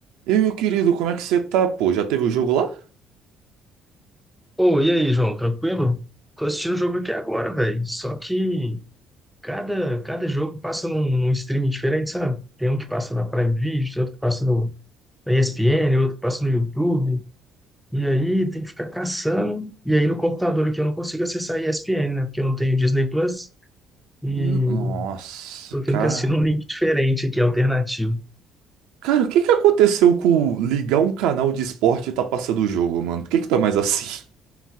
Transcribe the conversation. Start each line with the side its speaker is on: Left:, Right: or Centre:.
Right: E meu querido, como é que você tá, pô? Já teve o jogo lá?
Centre: Ô, e aí, João, tranquilo? Tô assistindo o jogo aqui agora, velho. Só que cada, cada jogo passa num, num streaming diferente, sabe? Tem um que passa na Prime Video, tem outro que passa no, na ESPN, outro que passa no YouTube. E aí tem que ficar caçando. E aí no computador aqui eu não consigo acessar a ESPN, né? Porque eu não tenho Disney Plus. E
Right: N- Nossa,
Centre: tô tendo
Right: cara.
Centre: que assinar um link diferente aqui, alternativo.
Right: Cara, o que que aconteceu com ligar um canal de esporte e tá passando o jogo, mano? Por que que tá mais assim?